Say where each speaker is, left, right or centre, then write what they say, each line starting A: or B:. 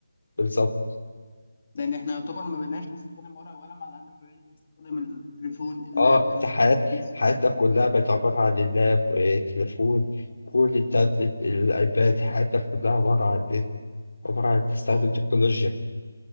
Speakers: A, on the left; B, on the left.
A: بالظبط
B: لأن احنا يعتبر ما بقيناش نستخدم ورق وقلم على قد ما بقينا نستخدم التليفون اللاب
A: اه انت
B: البي
A: حيات
B: سي
A: حياتنا كلها بقت عبارة عن اللاب آه، تليفون كل التابلت الأيباد حياتنا كلها عبارة عن عبارة عن تستخدم
B: اه،
A: تكنولوجيا